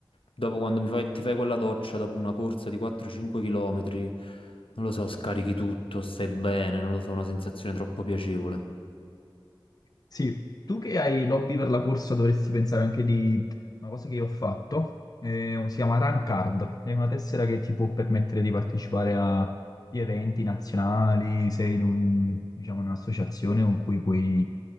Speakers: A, on the left (about 80°); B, on the left (about 45°).
A: Dopo quando mi fai- ti fai quella doccia dopo una corsa di 4-5 km, non lo so, scarichi tutto, stai bene, non lo so, una sensazione troppo piacevole.
B: Sì, tu che hai l'hobby per la corsa dovresti pensare anche di una cosa che io ho fatto, eh, si chiama Run Card, è una tessera che ti può permettere di partecipare a gli eventi nazionali, sei in un- diciamo, un'associazione con cui puoi